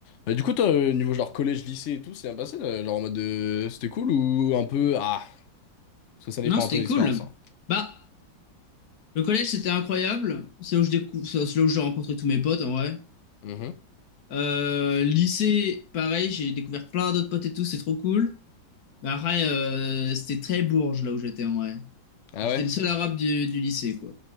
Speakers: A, on the left; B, on the left.
A: Mais du coup, toi, euh, niveau genre collège, lycée et tout, c'est bien passé, là, genre en mode de... c'était cool ou un peu ah, parce que ça dépend
B: Non, c'était
A: un peu de l'expérience.
B: cool.
A: Hein.
B: Bah, le collège, c'était incroyable. C'est là où je décou- c'est c'est là où j'ai rencontré tous mes potes, en vrai.
A: Mhm.
B: Euh, lycée, pareil, j'ai découvert plein d'autres potes et tout, c'est trop cool. Bah, après, euh, c'était très bourge, là où j'étais, en vrai.
A: Ah
B: J'étais
A: ouais?
B: le seul arabe du, du lycée, quoi.